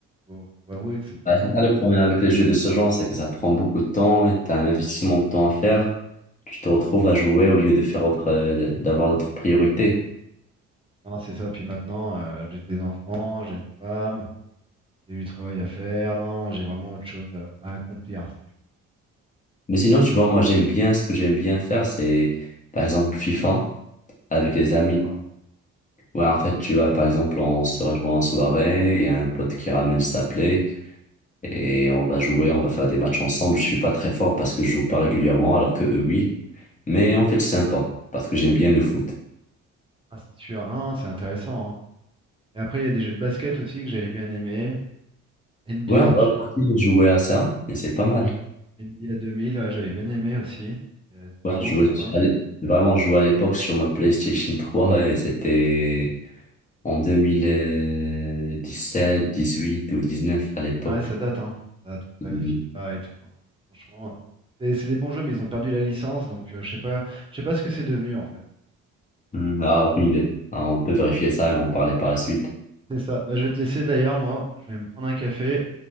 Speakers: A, on the right (about 15°); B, on the left (about 25°).
A: faut, faut avouer que c'est trop
B: Bah, c'est
A: long.
B: ça le problème avec les jeux de ce genre, c'est que ça prend beaucoup de temps et t'as un investissement de temps à faire. Tu te retrouves à jouer au lieu de faire autre, euh, d'avoir d'autres priorités.
A: Non, c'est ça. Puis maintenant, euh, j'ai des enfants, j'ai une femme, j'ai du travail à faire. Non, j'ai vraiment autre chose à, à accomplir, si tu veux.
B: Mais sinon, tu vois, moi, j'aime bien ce que j'aime bien faire, c'est par exemple FIFA avec les amis.
A: Sympa.
B: Ouais, en fait, tu vois, par exemple, on se rejoint en soirée, il y a un pote qui ramène sa play et on va jouer, on va faire des matchs ensemble. Je suis pas très fort parce que je joue pas régulièrement, alors que eux, oui. Mais en fait, c'est sympa parce que j'aime bien le foot.
A: Ah, c'est sûr. Non, non, c'est intéressant. hein. Et après, il y a des jeux de basket aussi que j'avais bien aimé. NBA,
B: Ouais, on
A: J-
B: va partir de jouer à ça et c'est pas mal.
A: NBA 2000, ouais, j'avais bien aimé aussi. C'était c'était
B: Ouais,
A: vraiment
B: je jouais,
A: sympa.
B: à l'é- vraiment, je jouais à l'époque sur ma PlayStation trois et c'était en deux mille dix sept, dix huit ou dix neuf à l'époque.
A: Ouais, ça date, hein. Ça, tout
B: Mhm.
A: ça, les FIFA et tout. hein. Franchement, c'est c'est des bons jeux, mais ils ont perdu la licence, donc euh, je sais pas, je sais pas ce que c'est devenu en fait.
B: Hmm, Ah, aucune idée. Ah, on peut vérifier ça et en parler par la suite.
A: C'est ça. Bah, je vais te laisser d'ailleurs, moi. Je vais me prendre un café